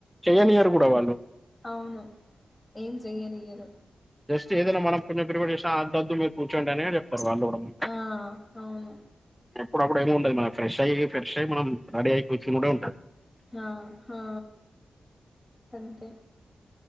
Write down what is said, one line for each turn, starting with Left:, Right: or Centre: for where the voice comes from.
Centre: చెయ్యనియారు కూడా వాళ్ళు
Left: అవును ఏం చేయానియ్యరు
Centre: జస్ట్ ఏదైనా మనం <unintelligible> చేసిన ఆంతద్దు మీరు కూర్చండి అనే చెప్తారు వాళ్ళు కూడా.
Left: ఆ అవును
Centre: అప్పుడప్పుడు ఏమి ఉండదు మనకి ఫ్రెష్ అయి ఫ్రెష్ అయి మనం రెడీ అయి కుచి కూడా ఉంటది
Left: ఆ ఆ హా అంతే